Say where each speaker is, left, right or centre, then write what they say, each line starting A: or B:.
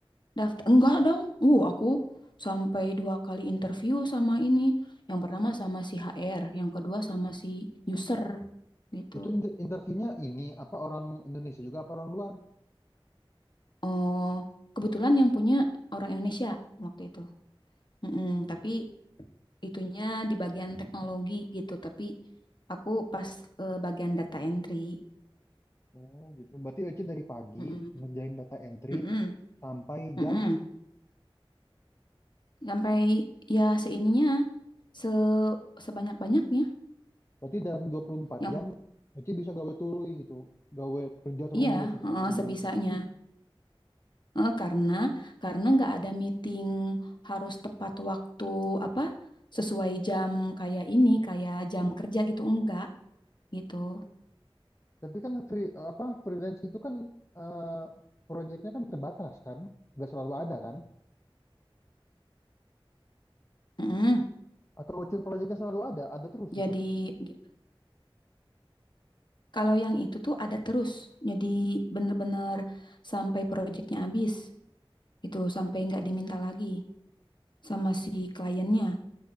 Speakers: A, on the left (about 55°); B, on the left (about 30°).
A: Daftar enggak dong. Uh, aku sampai dua kali interview sama ini. Yang pertama sama si HR, yang kedua sama si user gitu.
B: Itu inter- interviewnya ini apa orang Indonesia juga apa orang luar?
A: Oh, kebetulan yang punya orang Indonesia waktu itu. Mm-mm, tapi itunya di bagian teknologi gitu, tapi aku pas eh, bagian data entry.
B: Oh, gitu. Berarti Ci dari pagi
A: Mm-mm,
B: ngerjain data entry
A: mm-mm,
B: sampai
A: mm-mm.
B: jam
A: Sampai ya seininya se sebanyak-banyaknya
B: berarti dalam 24
A: yang
B: jam Ci bisa gawe tului gitu. Gawe kerja terus
A: iya,
B: itu
A: heeh,
B: nggak berhenti-berhenti.
A: sebisanya. Eh, karena karena nggak ada meeting harus tepat waktu apa sesuai jam kayak ini kayak jam kerja gitu enggak gitu.
B: Tapi kan free apa freelance itu kan eh, proyeknya kan terbatas kan, nggak selalu ada kan?
A: Mm-mm.
B: Atau ujung proyeknya selalu ada, ada terus
A: Jadi
B: gitu.
A: gitu. Kalau yang itu tuh ada terus. Jadi bener-bener sampai proyeknya habis itu sampai nggak diminta lagi sama si kliennya.